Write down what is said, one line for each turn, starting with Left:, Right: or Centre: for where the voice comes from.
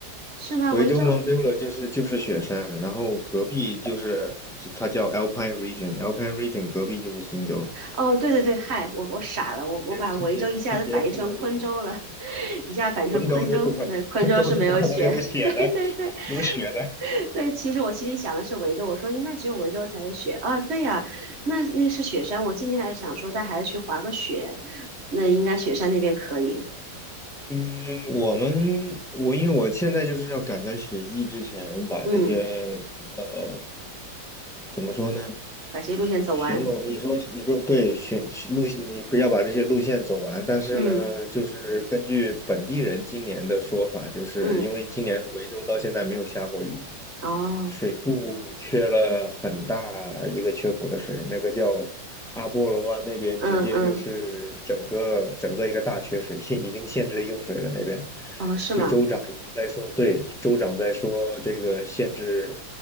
Right: 是吗？
Centre: 维州
Right: 维州？
Centre: m o u 就是就是雪山，然后隔壁就是它叫 Alpine Region，Alpine Region 隔壁就是新州，
Right: 哦，对对对，嗨，我我傻了，我我把维州一下子反应成昆州了，
Centre: 是接是接是接缝的地方。
Right: <laughs> 一下反应成昆州，
Centre: 昆州是不可，
Right: 那昆州是没有雪，
Centre: 昆州是不可能有雪的，
Right: <laughs> 对对对。
Centre: <laughs> 有雪的。
Right: <laughs> 对，其实我心里想的是维州，我说应该只有维州才有雪啊。对呀，那那是雪山，我今天还是想说带孩子去滑个雪，那应该雪山那边可以。
Centre: 嗯，我们我因为我现在就是要赶在雪季之前把这些呃
Right: 嗯。
Centre: 怎么说呢？
Right: 把这些路线走完。
Centre: 巡逻，你说你说对，巡巡路你不要把这些路线走完。但是呢，
Right: 嗯
Centre: 就是根据本地人今年的说法，就是因为今年维州到现在没有下过雨，
Right: 嗯，哦，
Centre: 水库缺了很大一个缺口的水，那个叫阿波罗湾那边，
Right: 嗯嗯，
Centre: 直接就是整个整个一个大缺水，限已经限制用水了那边，
Right: 哦，是吗？
Centre: 就州长已经在说，对，州长在说这个限制，